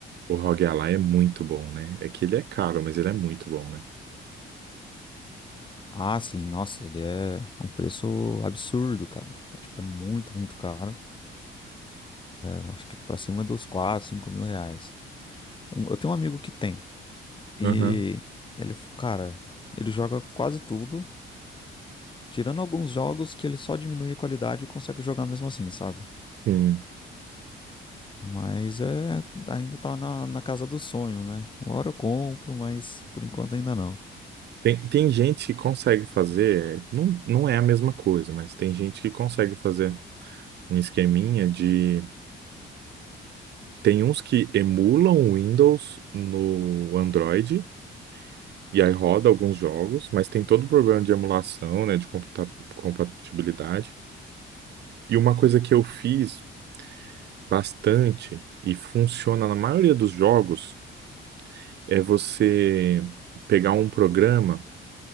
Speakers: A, on the right (about 60°); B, on the left (about 25°).
A: o Rogue Ally é muito bom, né? É que ele é caro, mas ele é muito bom, né?
B: Ah, sim, nossa, ele é um preço absurdo, cara. É tipo, é muito, muito caro. Eu acho que pra cima dos 4, 5 mil reais. Um- Eu tenho um amigo que tem. E
A: Aham.
B: ele, cara, ele joga quase tudo, tirando alguns jogos que ele só diminui a qualidade e consegue jogar mesmo assim, sabe?
A: Sim.
B: Mas é, ainda tá na, na casa do sonho, né? Uma hora eu compro, mas por enquanto ainda não.
A: Tem, tem gente que consegue fazer, não, não é a mesma coisa, mas tem gente que consegue fazer um esqueminha de Tem uns que emulam o Windows no Android e aí roda alguns jogos, mas tem todo o problema de emulação, né, de computa- compatibilidade. E uma coisa que eu fiz bastante e funciona na maioria dos jogos é você pegar um programa